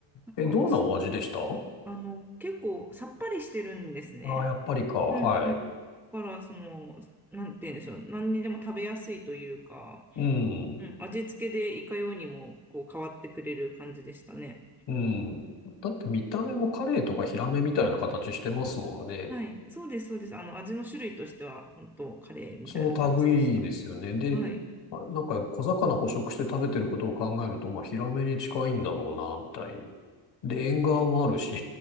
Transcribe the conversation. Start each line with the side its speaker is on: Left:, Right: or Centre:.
Left: ええ、
Centre: なんか、
Left: どんなお味でしたあ
Centre: そあの、結構さっぱりしてるんですね。
Left: あー、やっぱりか。はい。
Centre: うんうん。だから、その、なんて言うんでしょう。何にでも食べやすいというか、
Left: うん。
Centre: うん、味付けでいかようにもこう変わってくれる感じでしたね。
Left: うん。だって見た目もカレイとかヒラメみたいな形してますもんね。
Centre: はい。そうです、そうです。あの、味の種類としては、本当カレーみたいな感じでした。
Left: その類いですよね。で、
Centre: はい。
Left: あなんか小魚捕食して食べてることを考えると、まあヒラメに近いんだろうな、みたいに。で、縁側もあるし、